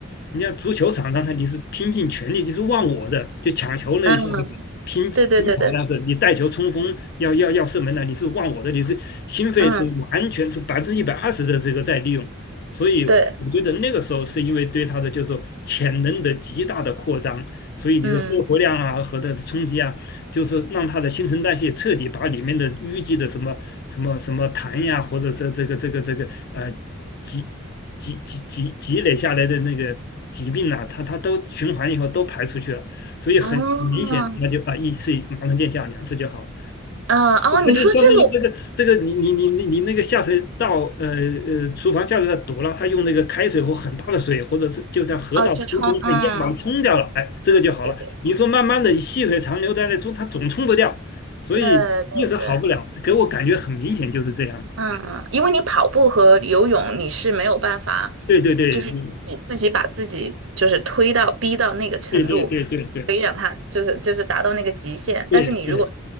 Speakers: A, on the left; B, on the right.
A: 你家足球场上他你是拼尽全力，就是忘我的，就抢球那一下子拼拼抢那样子，
B: 嗯，对对对对，
A: 你带球冲锋要要要射门的，你是忘我的，你是心肺是完全是百分之一百二十的这个在利用。
B: 嗯，
A: 所以我觉得那个时候是因为对他的就是说潜能的极大的扩张，
B: 对，
A: 所以你的肺活量啊和它的冲击啊，
B: 嗯，
A: 就是让它的新陈代谢彻底把里面的淤积的什么什么什么痰呀，或者是这个这个这个呃积积积积积累下来的那个疾病呐、它它都循环以后都排出去了，所以很很明显，
B: 哦，
A: 它就啊一次马上见效，两次就好了。
B: 嗯，哦，你说这个我，
A: 它就相当于这个这个你你你你你那个下水道呃呃厨房下水道堵了，他用那个开水或很大的水，或者是就像河道疏通，
B: 哦，去冲，嗯，
A: 它一样把它冲掉了，哎，这个就好了。
B: 对
A: 你说慢慢的细水长流在那冲，它总冲不掉，所以一直好不了，
B: 对对对，
A: 给我感觉很明显就是这样的。
B: 嗯，因为你跑步和游泳，你是没有办法，
A: 对对对，
B: 就是自己自己把自己就是推到逼到那个程度，
A: 你对对对对对
B: 可以让他就是就是达到那个极限。
A: 对对
B: 但是你如果